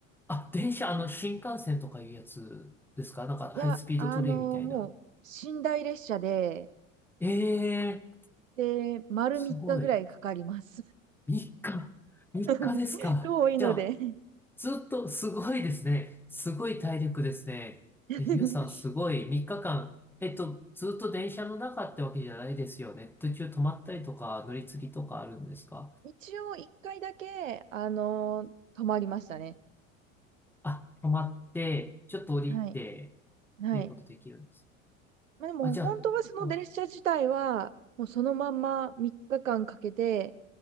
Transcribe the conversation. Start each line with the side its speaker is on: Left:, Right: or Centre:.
Centre: あ、電車、あの、新幹線とかいうやつですかなんかハイスピードトレインみたいな。
Right: いや、あのもう寝台列車で、
Centre: ええー、
Right: で、丸3日ぐらいかかります。
Centre: すごい。3日。3日ですか。
Right: <laughs> 遠いので
Centre: じゃあ、ずっと、すごいですね。すごい体力ですね。
Right: <laughs>
Centre: えゆうさん、すごい、3日間、えっと、ずっと電車の中ってわけじゃないですよね。途中止まったりとか、乗り継ぎとかあるんですか
Right: 一応1回だけ、あの泊まりましたね。
Centre: あ、止まって、ちょっと降りて、
Right: はい。はい。
Centre: っていうことできるんです。
Right: まあ、でも、
Centre: あ、じゃあ、
Right: 本当はその列車自体は、
Centre: あ、
Right: もうそのまんま3日間かんかけて